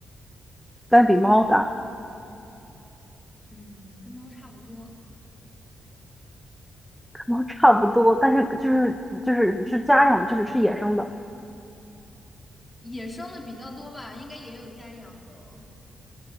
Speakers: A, in the centre; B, on the left (about 20°).
A: 但比猫大。
B: 嗯，跟猫差不多，
A: 然后差不多，但是就是就是是家养，就是是野生的，
B: 野生的比较多吧，应该也有家养的哦